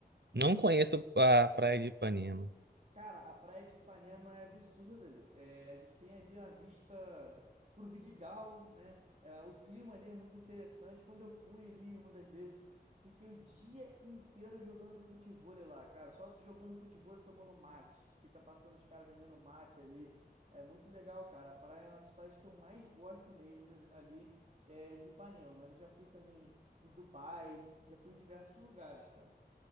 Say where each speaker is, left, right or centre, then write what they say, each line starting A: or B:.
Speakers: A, on the right; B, on the right.
A: Não conheço a Praia de Ipanema.
B: Cara, a praia de Ipanema é absurda. É, a gente tem ali uma vista pro Vidigal, né? É, o clima ali é muito interessante. Quando eu fui ali uma das vezes, fiquei o dia inteiro jogando futevôlei lá, cara. Só jogando futevôlei, tomando mate. Fica passando os caras vendendo mate ali. É muito legal, cara. A praia é uma das praias que eu mais gosto mesmo ali é de Ipanema. Mas eu já fui também em Dubai, já fui em diversos lugares, cara.